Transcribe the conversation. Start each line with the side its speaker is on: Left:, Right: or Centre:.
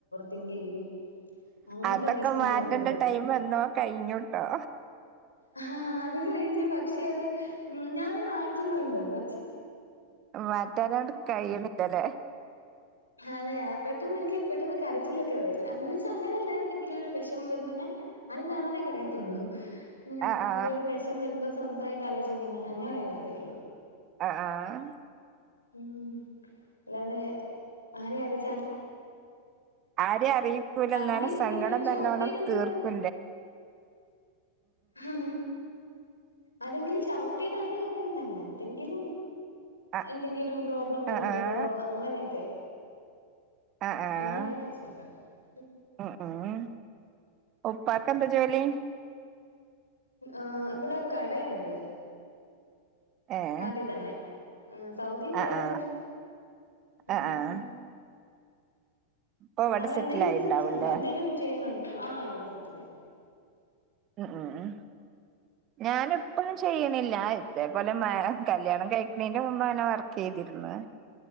Left: തിങ്ക് ചെയ്യും അങ്ങനത്തെ
Right: അതക്കെ
Left: പ്രശ്നങ്ങളൊക്കെ
Right: മാറ്റേണ്ട
Left: ഉണ്ട്
Right: ടൈം വന്നോ കയിഞ്ഞുട്ടോ
Left: ആഹ് അഹ് അത് കയിഞ്ഞു പക്ഷെ അത് ഞാത് മാറ്റുന്നുണ്ട് പ
Right: മാറ്റാനാട്ട് കഴിയണില്ലല്ലേ
Left: അതെയാ പെട്ടെന്ന് എനിക്ക് പെട്ടെന്ന് കരച്ചിലെക്കെ വരും അങ്ങന്ച്ചാ അങ്ങനല്ലാ എന്തെങ്കിലൊരു വിഷമം വരുമ്പ ഞാ അത് ഞാനതേ കരയതൊള്ളൂ ഇങ്ങനെ
Right: ആ ആ
Left: എന്തേലും വിഷം വരുമ്പോ സ്വന്തായിട്ട് ആലോച്ചി ഇങ്ങനെ അങ്ങനെ കരയത്തെ ഉള്ളൂ
Right: ആഹ് ആഹ്
Left: ഉം അല്ലാതെ ആരെ അറിയിച്ച
Right: ആരെ അറിയിക്കൂല്ലാന്നാണ്
Left: ആരെങ്കിലും
Right: സങ്കടം
Left: ഇങ്ങനെ ഷൗട്ട്
Right: നല്ലോണം
Left: ചെയ്തെന്നും
Right: തീർക്കു
Left: ആ ആരെങ്കിലും ഷൗട്ട് ചെയ്താ അങ്ങനെ കരയുന്നല്ല എന്തെങ്കിലും
Right: ആ
Left: എന്തെങ്കിലും പ്രോബ്ലം വരുമ്പഴോ
Right: ആ ആ
Left: അങ്ങനെയൊക്കെ
Right: ആഹ് ആഹ്
Left: അങ്ങനെയൊക്കെ <unintelligible>
Right: ഉം ഉം ഉപ്പാക്ക് എന്താ ജോലി
Left: ആ ഇവിടെ കടയുണ്ട്
Right: ഏഹ്
Left: നാട്ടിൽ തന്നെ ആ സൗദിയിലായിരുന്നു
Right: ആഹ് ആഹ്
Left: ഉം
Right: ആഹ് ആഹ് ഇപ്പൊ ഇവിടെ
Left: അവിടെ
Right: സെറ്റിലായിണ്ടാവുംല്ലേ
Left: എന്തേലും ബിസിനസ് ഉണ്ടോ എന്തേലും ചെയ്യുന്നുണ്ടോ ആ ഇവിടെ സെറ്റിലായി
Right: ഉം ഉം ഞാൻ എപ്പഴും ചെയ്യണില്ല ഇതേ പോലെ മാ കല്യാണം കഴിക്കണേന്റെ മുമ്പ് തന്നെ വർക്ക് ചെയ് തിരുന്ന്